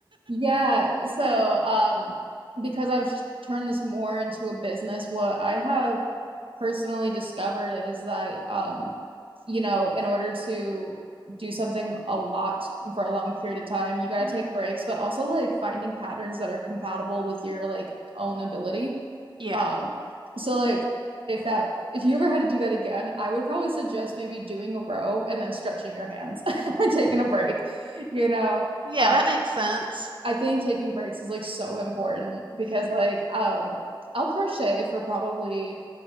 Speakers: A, on the right; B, on the right.
A: Yeah, so um, because I've sh- turned this more into a business, what I have personally discovered is that um, you know, in order to do something a lot and for a long period of time, you gotta
B: Mhm.
A: take breaks, but also like finding patterns that are compatible with your like own ability.
B: Yeah.
A: Um, so like if that if you ever had to do that again, I would probably suggest maybe doing a row and then stretching your hands <laughs> and taking a break, you know.
B: Yeah,
A: Um,
B: that makes sense.
A: I think taking breaks is like so important because like um I'll crochet for probably